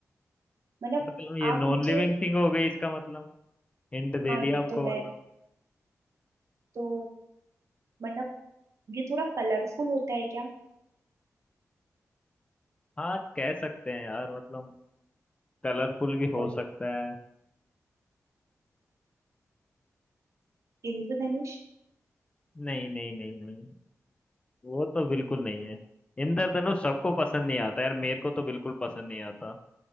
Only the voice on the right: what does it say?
मतलब
आप
मुझे
हाँ
ये
तो है
तो मतलब ये थोड़ा कलरफुल होता है क्या
और
इंद्रधनुष